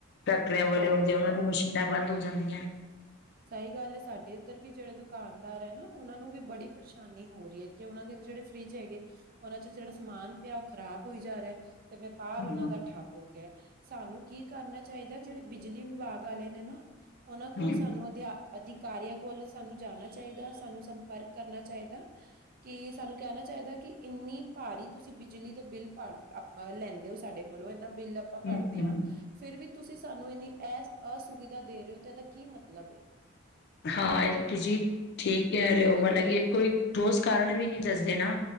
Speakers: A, on the left; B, on the right.
A: ਫੈਕਟਰੀਆਂ
B: ਸਹੀ
A: ਵਾਲੇ ਹੁੰਦੇ,
B: ਗੱਲ
A: ਉਹਨਾਂ
B: ਹੈ
A: ਦੀਆਂ ਮਸ਼ੀਨਾਂ ਬੰਦ ਹੋ ਜਾਂਦੀਆਂ।
B: ਸਹੀ ਗੱਲ ਐ, ਸਾਡੇ ਇੱਧਰ ਵੀ ਜਿਹੜੇ ਦੁਕਾਨਦਾਰ ਹੈ ਨਾ ਉਹਨਾਂ ਨੂੰ ਵੀ ਬੜੀ ਪਰੇਸ਼ਾਨੀ ਹੋ ਰਹੀ ਐ ਕਿ ਉਹਨਾਂ ਦੇ ਜਿਹੜੇ ਫਰਿੱਜ ਹੈਗੇ, ਉਹਨਾਂ ਚ ਜਿਹੜਾ ਸਮਾਨ ਪਿਆ ਉਹ ਖ਼ਰਾਬ ਹੋਈ ਜਾ ਰਿਹਾ। ਤੇ ਵਪਾਰ
A: ਹਮ
B: ਉਹਨਾਂ ਦਾ ਠੱਪ ਹੋ ਗਿਆ, ਸਾਨੂੰ ਕੀ ਕਰਨਾ ਚਾਹੀਦਾ, ਜਿਹੜੇ ਬਿਜਲੀ ਵਿਭਾਗ ਵਾਲੇ ਨੇ ਨਾ ਉਹਨਾਂ ਕੋਲ
A: ਹਮ
B: ਸਾਨੂੰ ਅਧਿਕਾਰੀਆਂ ਕੋਲ ਸਾਨੂੰ ਜਾਣਾ ਚਾਹੀਦਾ, ਸਾਨੂੰ ਸੰਪਰਕ ਕਰਨਾ ਚਾਹੀਦਾ ਕਿ ਸਾਨੂੰ ਕਹਿਣਾ ਚਾਹੀਦਾ ਕਿ ਇੰਨੀ ਭਾਰੀ ਤੁਸੀਂ ਬਿਜਲੀ ਦੇ ਬਿੱਲ ਭਾਰ ਲੈਂਦੇ ਹੋ, ਸਾਡੇ ਕੋਲੋਂ ਬਿੱਲ ਆਪਾਂ ਭਰਦੇ
A: ਹਮ
B: ਹਾਂ, ਫੇਰ ਵੀ ਤੁਸੀਂ ਸਾਨੂੰ ਇੰਨੀ ਅਸੁਵਿਧਾ ਦੇ ਰਹੇ ਹੋ ਤੇ ਇਹਦਾ ਕੀ ਮਤਲਬ ਮਤਲਬ
A: ਹਾਂ, ਇਹ ਤਾਂ ਤੁਸੀਂ ਠੀਕ ਕਹਿ ਰਹੇ ਹੋ, ਮਤਲਬ ਕਿ ਕੋਈ ਠੋਸ ਕਾਰਨ ਵੀ ਨਹੀਂ ਦਿੱਸਦੇ ਨਾ।